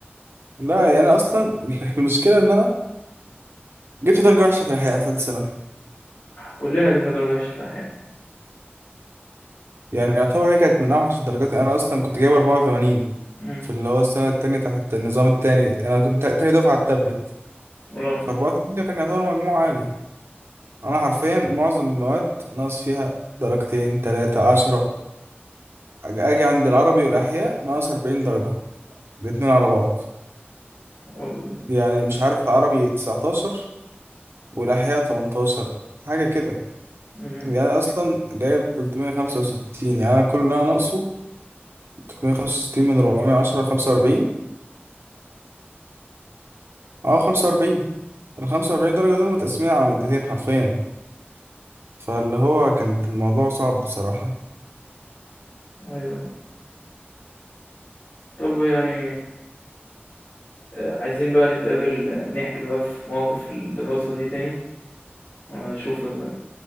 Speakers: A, on the right; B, on the left.
A: لا يعني انا اصلا <laughs> المشكله ان انا جبت درجه وحشه في الاحياء في ثالثه ثانوي
B: كلنا جبنا درجة وحشة في الأحياء
A: يعني يعتبر هي كانت من اوحش الدرجات انا اصلا كنت جايب 84
B: امم
A: في اللي هو السنه التانيه بتاعت النظام التاني انا كنت تاني دفعه على التابلت
B: اه
A: ف 84 ده كان يعتبر مجموع عالي انا حرفيا معظم المواد ناقص فيها درجتين تلاتة عشرة أج- اجي عند العربي والاحياء ناقص 40 درجة الاتنين على بعض
B: اه بالظبط
A: يعني مش عارف العربي 19 والاحياء 18 حاجة كده
B: امم
A: يعني أنا اصلا جايب 365 يعني انا كل اللي انا ناقصه 365 من 410 45 اه 45 ال 45 درجة دول متقسمين على مادتين حرفيا فاللي هو كانت الموضوع صعب بصراحة
B: أيوه طب يعني آه، عايزين بقى نتقابل آه، نحكي بقى في مواقف الدراسة دي تاني أشوفك بقى